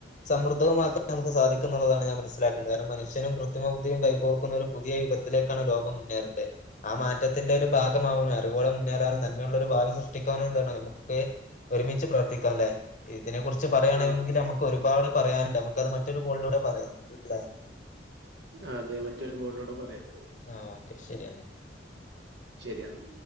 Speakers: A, on the left (about 40°); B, on the right (about 70°).
A: സമൃദ്ധവുമാക്കാൻ നമുക്ക് സാധിക്കും എന്നുള്ളതാണ് ഞാൻ മനസ്സിലാ ക്കുന്നത് കാരണം മനുഷ്യനും കൃത്രിമ ബുദ്ധിയും കൈകോർക്കുന്ന ഒരു പുതിയ യുഗത്തിലേക്കാണ് ലോകം മുന്നേറണ്ടെ ആ മാറ്റത്തിന്റെ ഒരു ഭാഗമാവാനും അറിവോളെ മുന്നേറാനും നന്മയുള്ള ഒരു ഭാഗം സൃഷ്ടിക്കാനോ എന്താണ് നമക്കിപ്പേ ഒരുമിച്ച് പ്രവർത്തിക്കാം അല്ലെ ഇതിനെ കുറിച്ച് പറയുകയാണെങ്കിൽ
B: ആ
A: നമുക്ക് ഒരു പാട് പറയാനുണ്ട് നമുക്ക് അത് മറ്റൊരു കോളിലൂടെ പറയാം അല്ലെ
B: അതെ മറ്റൊരു കോളിലോടെ പറയാം
A: ആഹ ഓക്കെ ശരിയാ...
B: ശരിയാണ്..